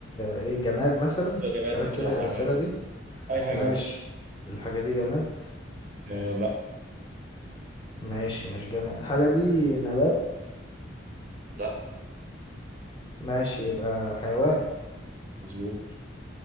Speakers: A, on the left (about 25°); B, on the right (about 40°).
A: ايه جماد مثلا
B: ممكن تبقى جماد
A: اسألك
B: ممكن
A: كده
B: تبقى حيوان
A: الأسئلة دي
B: ممكن اي حاجه
A: ماشي
B: اهو
A: الحاجة دي جماد
B: آه لا
A: ماشي مش جماد الحاجة دي نبات
B: لا
A: ماشي يبقى حيوان
B: مظبوط